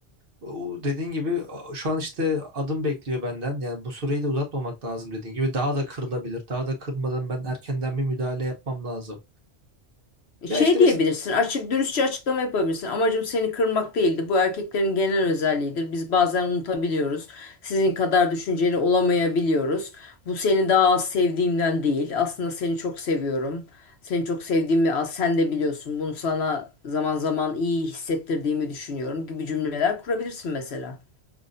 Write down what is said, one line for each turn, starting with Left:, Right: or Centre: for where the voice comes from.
Right: o- dediğin gibi a- şu an işte adım bekliyor benden. Yani bu süreyi de uzatmamak lazım dediğin gibi. Daha da kırılabilir. Daha da kırmadan ben erkenden bir müdahale yapmam lazım. Ya
Left: Şey
Right: işte mesela
Left: diyebilirsin, açık dürüstçe açıklama yapabilirsin. Amacım seni kırmak değildi. Bu erkeklerin genel özelliğidir. Biz bazen unutabiliyoruz. Sizin kadar düşünceli olamayabiliyoruz. Bu seni daha az sevdiğimden değil. Aslında seni çok seviyorum. Seni çok sevdiğimi az sen de biliyorsun. Bunu sana zaman zaman iyi hissettirdiğimi düşünüyorum gibi cümleler kurabilirsin mesela.